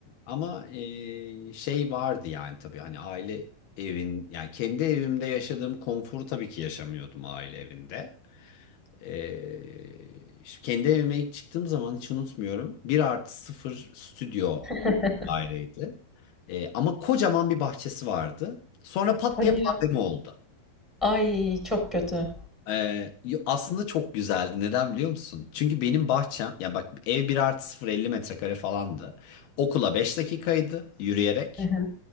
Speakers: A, on the left; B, in the centre.
A: Ama eee, şey vardı yani tabii hani aile evin yani kendi evimde yaşadığım konforu tabii ki yaşamıyordum aile evinde. Eee, işte kendi evime ilk çıktığım zaman hiç unutmuyorum. bir artı sıfır stüdyo
B: <laughs>
A: daireydi. Eee, ama kocaman bir bahçesi vardı. Sonra pat
B: Hadi
A: diye pandemi
B: ya.
A: oldu.
B: Ay çok kötü.
A: Ee, yo- aslında çok güzeldi. Neden biliyor musun? Çünkü benim bahçem, yani bak ev bir artı sıfır elli metrekare falandı. Okula 5 dakikaydı yürüyerek.
B: Hı hı.